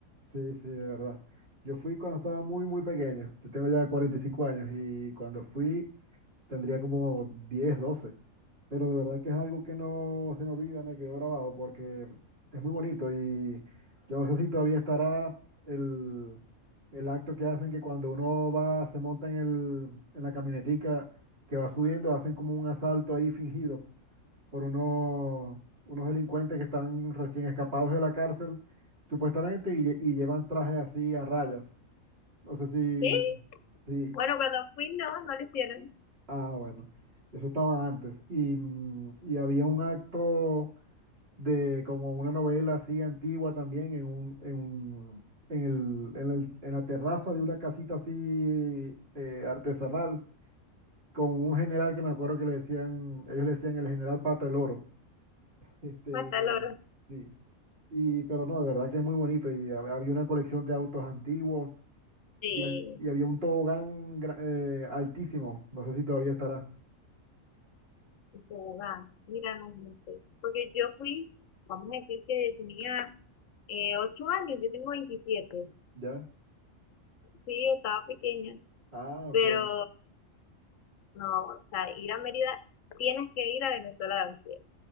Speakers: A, on the right; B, on the left.
A: sí, sí, de verdad. Yo fui cuando estaba muy, muy pequeño. Yo tengo ya 45 años y cuando fui tendría como 10, 12. Pero de verdad que es algo que no se me olvida, me quedó grabado porque es muy bonito y yo no sé si todavía estará el, el acto que hacen que cuando uno va, se monta en el, en la camionetica que va subiendo, hacen como un asalto ahí fingido por unos, unos delincuentes que están recién escapados de la cárcel, supuestamente, y, lle- y llevan trajes así a rayas. No sé si,
B: Sí,
A: si,
B: bueno, cuando fui no, no lo hicieron.
A: ah, bueno, eso estaba antes. Y, mm, y había un acto de como una novela así antigua también en un, en un- en el- en el- en la terraza de una casita así eh, artesanal, con un general que me acuerdo que le decían, ellos le decían el general Pata el Oro. <laughs> Este,
B: Hasta el oro.
A: sí. Y, pero no, de verdad que es muy bonito. Y hab- había una colección de autos antiguos
B: Sí,
A: y, hab- y había un tobogán gra- eh, altísimo. No sé si todavía estará.
B: en tobogán. Mira, no, no sé. Porque yo fui, vamos a decir que tenía eh, ocho años, yo tengo 27.
A: ¿Ya?
B: Sí, estaba pequeña,
A: Ah, ok.
B: pero no, o sea, ir a Mérida, tienes que ir a Venezuela de Ansiedad.